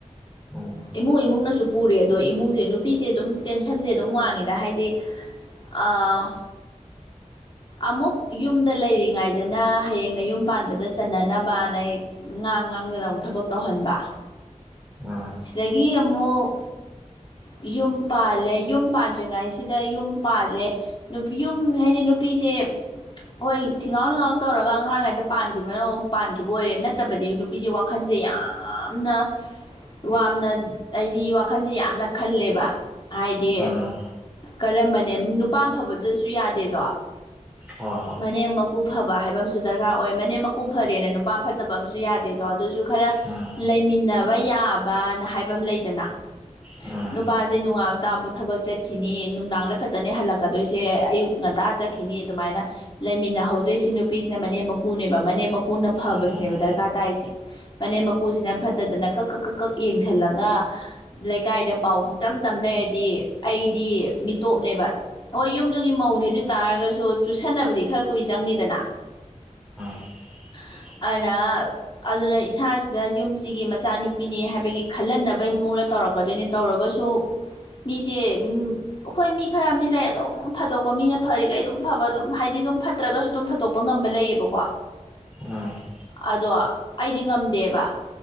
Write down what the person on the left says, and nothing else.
ꯏꯃꯨꯡ ꯏꯃꯨꯡꯅꯁꯨ ꯄꯨꯔꯦ ꯑꯗꯣ ꯏꯃꯨꯡꯁꯦ ꯅꯨꯄꯤꯁꯦ ꯑꯗꯨꯝ ꯇꯦꯟꯁꯟꯁꯦ ꯑꯗꯨꯝ ꯋꯥꯡꯉꯤꯗ ꯍꯥꯏꯗꯤ ꯑꯥ
ꯑꯃꯨꯛ ꯌꯨꯝꯗ ꯂꯩꯔꯤꯉꯩꯗꯅ ꯍꯌꯦꯡꯅ ꯅꯌꯨꯝ ꯄꯥꯟꯕꯗ ꯆꯟꯅꯅꯕꯅ ꯑꯩ ꯉꯥꯡ ꯉꯥꯡꯗꯅ ꯑꯃꯨꯛ ꯊꯕꯛ ꯇꯧꯍꯟꯕ
ꯁꯤꯗꯒꯤ ꯑꯃꯨꯛ ꯌꯨꯝ ꯄꯥꯜꯂꯦ ꯌꯨꯝ ꯄꯥꯟꯗ꯭ꯔꯤꯉꯩꯁꯤꯗ ꯌꯨꯝ ꯄꯥꯜꯂꯦ ꯅꯨꯄꯤ ꯌꯨꯝ ꯍꯥꯏꯗꯤ ꯅꯨꯄꯤꯁꯦ ꯍꯣꯏ ꯊꯤꯉꯥꯎ ꯅꯤꯉꯥꯎ ꯇꯧꯔꯒ ꯑꯉꯥꯡꯑꯣꯏꯔꯤꯉꯩꯗ ꯄꯥꯟꯈꯤꯕꯅ ꯑꯃꯨꯛ ꯄꯥꯟꯈꯤꯕ ꯑꯣꯏꯔꯦ ꯅꯠ ꯇꯕꯗꯤ ꯅꯨꯄꯤꯖ‌ꯦ ꯋꯥꯈꯟꯖ‌ꯦ ꯌꯥꯝꯅ ꯁꯁ ꯋꯥꯅ ꯇꯞ ꯑꯩꯗꯤ ꯋꯥꯈꯟꯖꯦ ꯌꯥꯝꯅ ꯈꯜꯂꯦꯕ ꯍꯥꯏꯗꯤ
ꯀꯔꯝꯕꯅꯦ ꯅꯨꯄꯥ ꯐꯕꯗꯁꯨ ꯌꯥꯗꯦꯗꯣ
ꯃꯅꯝ ꯃꯀꯨ ꯐꯕ ꯍꯥꯏꯕ ꯑꯃꯁꯨ ꯗꯔꯀꯥꯔ ꯑꯣꯏ ꯃꯅꯦꯝ ꯃꯀꯨ ꯐꯔꯦꯅ ꯅꯨꯄꯥ ꯐꯠꯇꯕ ꯑꯃꯁꯨ ꯌꯥꯗꯦꯗꯣ ꯑꯗꯨꯁꯨ ꯈꯔ
ꯂꯩꯃꯤꯟꯅꯕ ꯌꯥꯕꯅ ꯍꯥꯏꯕ ꯑꯃ ꯂꯩꯗꯅ
ꯅꯨꯄꯥꯁꯦ ꯅꯨꯡꯉꯥꯕ ꯇꯥꯕꯨ ꯊꯕꯛ ꯆꯠꯈꯤꯅꯤ ꯅꯨꯡꯗꯥꯡꯗ ꯈꯛꯇꯅꯦ ꯍꯜꯂꯛꯀꯗꯣꯏꯁꯦ ꯑꯌꯨꯛ ꯉꯟꯇꯥ ꯆꯠꯈꯤꯅꯤ ꯑꯗꯨꯃꯥꯏꯅ ꯂꯩꯃꯤꯟꯅꯍꯧꯗꯣꯏꯁꯤ ꯅꯨꯄꯤꯁꯤꯅ ꯃꯅꯦꯝ ꯃꯀꯨꯅꯦꯕ ꯃꯅꯦꯝ ꯃꯀꯨꯅ ꯐꯕꯁꯤꯅꯦꯕ
ꯗꯔꯀꯥꯔ ꯇꯥꯏꯁꯦ ꯐꯅꯦꯝ ꯃꯀꯨꯁꯤꯅ ꯐꯠꯇꯗꯅ ꯀꯛ ꯀꯛ ꯀꯛ ꯌꯦꯡꯁꯜꯂꯒ ꯂꯩꯀꯥꯏꯗ ꯄꯥꯎ ꯄꯨꯡ ꯇꯞ ꯇꯞ ꯂꯩꯔꯗꯤ ꯑꯩꯗꯤ ꯃꯤꯇꯣꯞꯅꯦꯕ ꯍꯣꯏ ꯌꯨꯝꯗꯨꯒꯤ ꯃꯧꯅꯦ ꯑꯗꯨ ꯑꯣꯏ ꯇꯥꯔꯒꯁꯨ ꯆꯨꯁꯟꯅꯕꯗꯤ ꯈꯔ ꯀꯨꯏ ꯆꯪꯅꯤꯗꯅ
<unintelligible> ꯑꯗꯨꯅ ꯏꯁꯥꯁꯤꯗ ꯌꯨꯝꯁꯤꯒꯤ ꯃꯆꯥꯅꯨꯄꯤꯅꯤ ꯍꯥꯏꯕꯒꯤ ꯈꯜꯍꯟꯅꯕꯩ ꯃꯑꯣꯡꯗ ꯇꯧꯔꯛꯀꯗꯣꯏꯅꯤ ꯇꯧꯔꯒꯁꯨ ꯃꯤꯁꯦ ꯑꯩꯈꯣꯏ ꯃꯤ ꯈꯔ ꯑꯃꯗꯤ ꯂꯩ ꯑꯗꯨꯝ ꯐꯠꯇꯣꯛꯄ ꯃꯤꯅ ꯐꯔꯤꯈꯩ ꯑꯗꯨꯝ ꯐꯕ ꯑꯗꯨꯝ ꯍꯥꯏꯗꯤ ꯑꯗꯨꯝ ꯐꯠꯇ꯭ꯔꯒꯁꯨ ꯑꯗꯨꯝ ꯐꯠꯇꯣꯛꯄ ꯉꯝꯕ ꯂꯩꯌꯦꯕꯀꯣ
ꯑꯗꯣ ꯑꯩꯗꯤ ꯉꯝꯗꯦꯕ